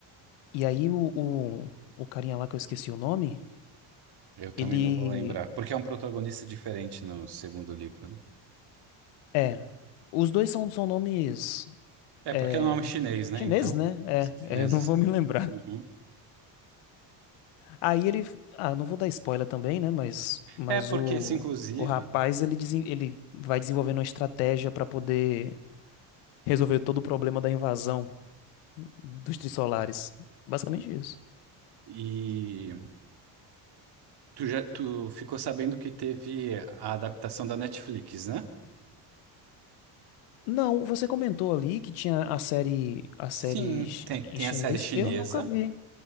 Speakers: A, on the left (about 85°); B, on the right (about 50°).
A: e aí o, o, o carinha lá que eu esqueci o nome,
B: Eu também
A: ele
B: não vou lembrar. Porque é um protagonista diferente no segundo livro, né?
A: é, os dois são são nomes
B: É
A: é,
B: porque é um nome é chinês, né?
A: chineses,
B: Então,
A: né? É,
B: são chineses.
A: é, eu não vou me lembrar.
B: Uhum.
A: Aí ele, ah, não vou dar spoiler também, né? Mas, mas
B: É porque
A: o,
B: esse, inclusive,
A: o rapaz ele, desen- ele vai desenvolvendo uma estratégia pra poder resolver todo o problema da invasão dos Trissolares. Basicamente isso.
B: e tu já tu ficou sabendo que teve a adaptação da Netflix, né?
A: Não, você comentou ali que tinha a série, a
B: Sim,
A: série chi-
B: tem,
A: em
B: tem
A: chinês.
B: a série chinesa.
A: Eu nunca vi.